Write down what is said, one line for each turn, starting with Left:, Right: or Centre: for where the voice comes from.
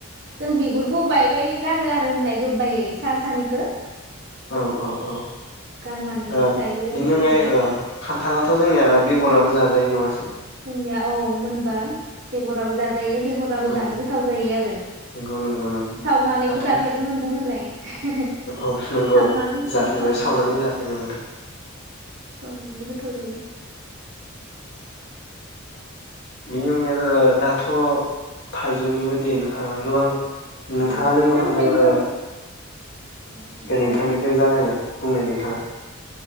Right: जों बिगुरखौ बायबाय गारो आरो होनलाय गोबायै सा सानिखो
Left: औ औ औ
Right: गारनानै
Left: ओ
Right: जायो
Left: बिनि
Right: आरो
Left: अनगायै
Right: मा दाखो
Left: ओ खान्थालाथ जोंनिया बे अराबो जाजायो नङा
Right: जोंनिया औ मोनबा बेगराबो जा जायो बेगराबो
Left: औ
Right: जानो गोथाव जायो आरो। सावनानैबो
Left: नंगौ नंगौ नंगौ बाथोन
Right: जाफेरनो मोन्दों होनलाय? <unintelligible>
Left: औ नंगौ
Right: सावनानै
Left: जाफेरबाय
Right: गोथाव
Left: सावनानै जाफेरबाय नोंथां।
Right: सावनानैबो गोथाव जायो।
Left: बिनि अनगायैबो दाथ थाइजौनिबो दिन। ओ गोबां
Right: जेरै
Left: नोंथाङा
Right: फिथाइ
Left: लोगोफोरजों
Right: सामथाइफोर
Left: ओ
Right: औ
Left: दे
Right: बुंलाय
Left: नोंथांनिखो जागायलाय बुंनाय नोंथाङा।